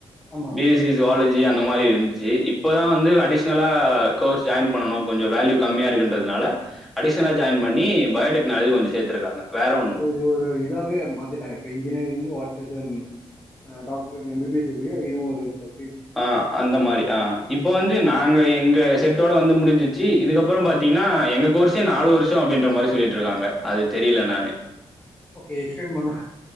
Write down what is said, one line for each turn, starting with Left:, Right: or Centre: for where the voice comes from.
Left: ஆமா
Centre: பி எஸ்சி சுவாலஜி அந்த மாரி இருந் ச்சி இப்போதா வந்து அடிஷ்னலா கோர்ஸ் ஜாயின் பண்ணணு கொஞ்ச வேல்யூ கம்மியா இருக்குன்றதுனால அடிஷ்ஷனா ஜாயின் பண்ணி பயோடெக்னாலஜி கொஞ்ச சேத்துருக்காங்க வேற ஒன்னு
Left: ஒவ்வோரு இ இதாவெ மாத்திட்டாங்க இப்ப இன்ஜினியரிங் வாத் இது ம் அ doctor M B B S எப்டியோ இதுவு ஒரு ப
Centre: ஆ அந்த மாரி ஆ இப்ப வந்து நாங்க எங்க செட்டோட வந்து முடுஞ்சிச்சு இதுக்கப்பறம் பாத்தீன்னா எங்க கோர்ஸே நாலு வருஷொ அப்டின்ற மாரி சொல்லிட்ருக்காங்க அது தெரியல என்னானு
Left: ஓகே எக்ஸ்டன் பணண